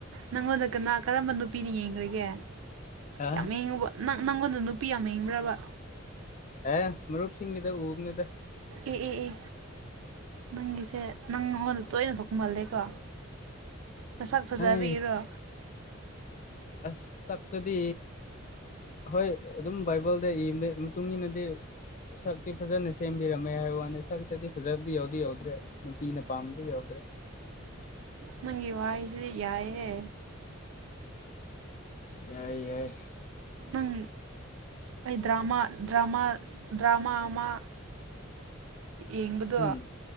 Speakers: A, on the right; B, on the left.
A: ꯅꯪꯉꯣꯟꯗ ꯀꯅꯥ ꯀꯔꯝꯕ ꯅꯨꯄꯤꯅ ꯌꯦꯡꯒ꯭ꯔꯒꯦ
B: ꯍꯥ
A: ꯌꯥꯝ ꯌꯦꯡꯉꯨꯕ ꯅꯪ ꯅꯪꯉꯣꯟꯗ ꯅꯨꯄꯤ ꯌꯥꯝ ꯌꯦꯡꯕ꯭ꯔꯕ
B: ꯑꯦ ꯃꯔꯨꯞꯁꯤꯡꯒꯤꯗ ꯎꯕꯅꯤꯗ
A: ꯑꯦ ꯑꯦ ꯑꯦ ꯅꯪꯒꯤꯁꯦ ꯅꯪ ꯅꯉꯣꯟꯗ ꯇꯣꯏꯅ ꯊꯣꯛꯄ ꯃꯥꯜꯂꯦꯀꯣ ꯅꯁꯛ ꯐꯖꯕꯤꯒꯤꯔꯣ
B: ꯍꯥꯏ ꯑꯁ ꯁꯛꯇꯨꯗꯤ ꯍꯣꯏ ꯑꯗꯨꯝ ꯕꯥꯏꯕꯜꯗ ꯏꯕꯅꯦ ꯃꯇꯨꯡꯏꯟꯅꯗꯤ ꯁꯛꯇꯤ ꯐꯖꯅ ꯁꯦꯝꯕꯤꯔꯝꯃꯦ ꯍꯥꯏꯕ ꯋꯥꯅꯤ ꯁꯛꯇꯗꯤ ꯐꯖꯕꯗꯤ ꯌꯥꯎꯗꯤ ꯌꯧꯗ꯭ꯔꯦ ꯅꯨꯄꯤꯅ ꯄꯥꯝꯕꯗꯤ ꯌꯧꯗ꯭ꯔꯦ
A: ꯅꯪꯒꯤ ꯋꯥꯍꯩꯁꯤꯗꯤ ꯌꯥꯏꯍꯦ
B: ꯌꯥꯏ ꯌꯥꯏ
A: ꯅꯪ ꯑꯩ ꯗ꯭ꯔꯃꯥ ꯗ꯭ꯔꯃꯥ ꯗ꯭ꯔꯃꯥ ꯑꯃ ꯌꯦꯡꯕꯗꯣ
B: ꯎꯝ